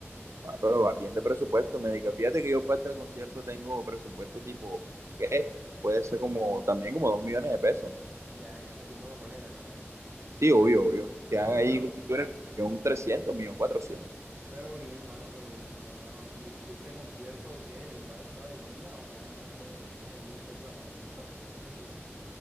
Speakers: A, on the right (about 80°); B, on the right (about 50°).
A: Ah, pero vas bien de presupuesto, médica. Fíjate que yo para este concierto tengo presupuesto tipo, ¿qué? Puede ser como, también como dos millones de pesos.
B: Ya, ya metiendo la boleta, claramente.
A: Sí, obvio, obvio. Te
B: No,
A: dan
B: no,
A: ahí
B: pero
A: un 300, millón cuatrocientos,
B: Pero bien, mano, pero bien, joda, mano. ¿Y, y ese concierto qué es? ¿El bar está de gira o nada más es, es aquí en cierta, en esa, en esa ciudad?